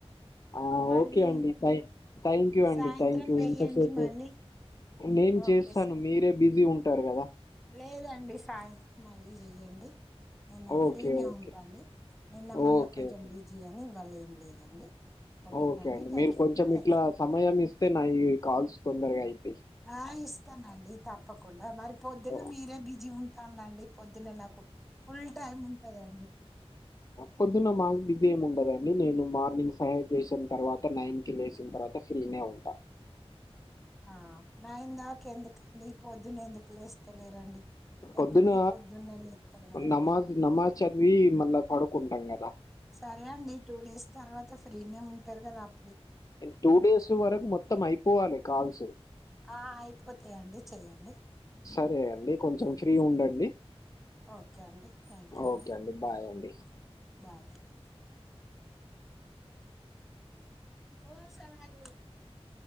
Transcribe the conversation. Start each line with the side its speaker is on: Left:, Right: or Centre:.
Left: ఆ
Centre: మళ్ళీ
Left: ఓకే అండి థాం థాంక్యూ అండి
Centre: సాయంత్రం
Left: థాంక్యూ
Centre: చెయ్యండి
Left: ఇంతసేపు
Centre: మళ్ళీ
Left: నేను చేస్తాను
Centre: ఓకే సార్
Left: మీరే బిజీ ఉంటారు కదా
Centre: లేదండి సాయంత్రం మళ్ళీ చెయ్యండి నేను
Left: ఓకే
Centre: ఫ్రీనే
Left: ఓకే
Centre: ఉంటాండి నిన్న మొన్న
Left: ఓకే
Centre: కొంచెం
Left: ఓకే
Centre: బిజీ అని ఇవాళ ఏం లేదండి ఓకేనండి
Left: ఓకే అండి
Centre: థ్యాంక్
Left: మీరు
Centre: యూ
Left: కొంచెం
Centre: అండి థ్యాంక్
Left: ఇట్లా
Centre: యూ
Left: సమయం ఇస్తే నా ఈ కాల్స్ తొందరగా అయితయి
Centre: ఆ ఇస్తానండి తప్పకుండా మరిపో పొద్దున్న
Left: ఓ,
Centre: మీరే బిజీ ఉంటానులా అండి పొద్దున్న నాకు ఫుల్ టైమ్ ఉంటందండి
Left: పొద్దున్న మాకు బిజీ ఏమి ఉండదండి నేను మార్నింగ్ సైన్ చేసిన తర్వాత నైన్ కి లేసిన తర్వాత ఫ్రీలే ఉంటా
Centre: ఆ నైన్ దాకా ఎందుకండి ఈ పొద్దున్న ఎందుకు లేస్తలేరండి
Left: పొద్దున
Centre: ఎప్పటికి పొద్దున్నే లేస్తారు కదండి
Left: నమాజ్ నమాజ్ చదివి మల్ల పడుకుంటాం కదా
Centre: సరే అండి టూ డేస్ తర్వాత ఫ్రీనే ఉంటారు కదా ఆ
Left: టూ డేస్ వరకు మొత్తం అయిపోవాలి కాల్స్
Centre: అయిపోతయండి చెయ్యండి
Left: సరే అండి కొంచెం
Centre: ఓకే అండి
Left: ఫ్రీ ఉండండి
Centre: ఓకే అండి థ్యాంక్యూ అండి
Left: ఓకే బాయ్ అండి
Centre: బాయ్ అండి <unintelligible>